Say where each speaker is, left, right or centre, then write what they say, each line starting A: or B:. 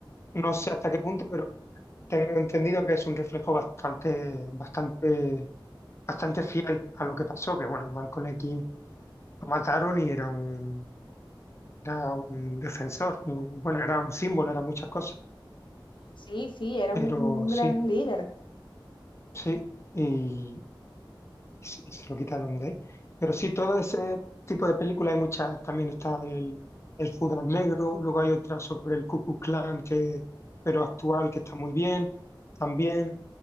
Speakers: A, on the left; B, on the left.
A: no sé hasta qué punto, pero Tengo entendido que es un reflejo bastante, bastante, bastante fiel a lo que pasó, que bueno, Malcolm X lo mataron y era un, era un defensor, un- bueno, era un símbolo, era muchas cosas,
B: Sí, sí, era
A: pero
B: un, un gran
A: sí,
B: líder.
A: sí, y, y se y se lo quitaron de ahí. Pero sí, todo ese tipo de películas hay muchas, también está el, el Judas Negro, luego hay otra sobre el Ku Klux Klan, que, pero actual, que está muy bien, también.